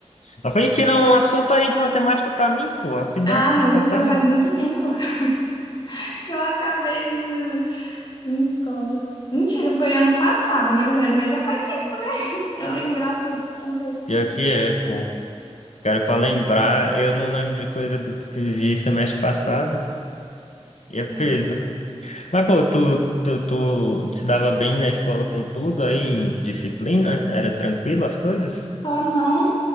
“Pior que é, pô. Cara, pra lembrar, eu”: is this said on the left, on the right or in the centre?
Left